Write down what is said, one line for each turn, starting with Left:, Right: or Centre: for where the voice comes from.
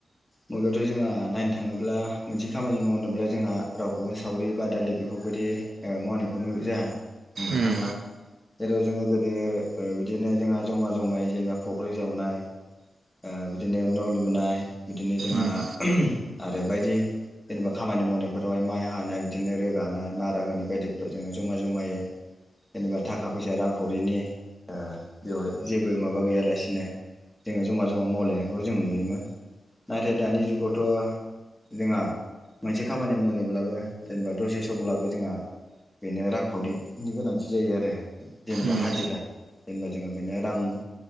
Centre: मुगायावथ जोंहा नायनो थाङोब्ला मोनसे खामानि मावनोब्ला जोंहा रावखौबो सावरि बादालि बेफोरबायदि ओ मावनायखौ नु जोहा नुनो
Right: उम
Centre: थांला जेराव जोङो गोदो ओ बिदिनो जोंहा जमा जमायै जेनेबा फुख्रि जावनाय ओ बिदिनो न' लुनाय बिदिनो जोंहा
Right: उम
Centre: आरो बायदि जेनेबा खामानि मावनाय बेफोरावहाय माइ हानाय बिदिनो रोगानाय मारा होनाय बायदिफोराव जोङो जमा जमायै जेनेबा थाखा फैसा रांखावरिनि ओ बेवहाय जेबो माबा गैयालासिनो जोङो जमा जमा मावलायनायखौ जों नुयोमोन। नाथाय दानि जुगावथ' जोङा मोनसे खामानि मावनोब्लाबो जेनेबा दसे समब्लाबो जोंहा बेनो रांखावरिनि गोनांथि जायो आरो जेनेबा
Right: उम
Centre: हाजिरा जेनेबा जोङो बिनो रां ओ